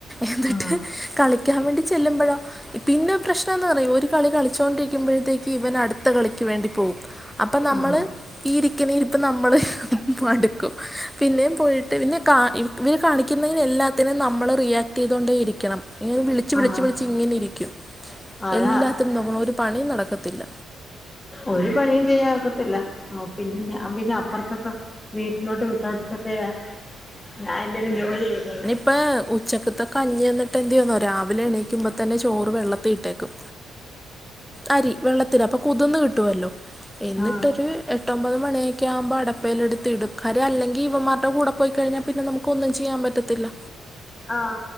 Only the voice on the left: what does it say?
ആ
ആ
ആ
അതാ
ഒരു പണിയും ചെയ്യാഒക്കത്തില്ല. ആഹാ പിന്നെ ഞാൻ പിന്നെ- അപ്പൊറത്തൊക്കെ. വീട്ടിലോട്ട് വിട്ടോട്ടക്കെയ ഞാൻ- എന്തേലും ജോലി ചെയ്യുന്നത്.
ആ
ആഹാ!